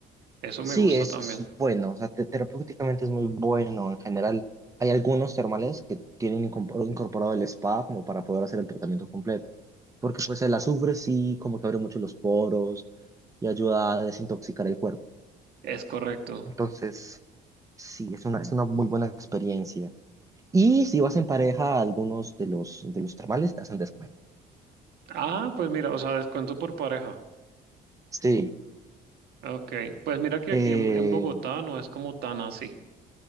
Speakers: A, on the right; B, on the right.
A: Eso
B: Sí,
A: me gusta
B: es,
A: también.
B: es bueno, o sea, te- terapéuticamente es muy bueno. En general, hay algunos termales que tienen incorpor- incorporado el spa como para poder hacer el tratamiento completo. Porque pues el azufre sí como que abre mucho los poros y ayuda a desintoxicar el cuerpo.
A: Es correcto.
B: Entonces, sí, es una, es una muy buena experiencia. Y si vas en pareja, algunos de los, de los termales te hacen descuento.
A: Ah, pues mira, o sea, descuento por pareja.
B: Sí,
A: Ok, pues mira que
B: eh,
A: aquí en, en Bogotá no es como tan así.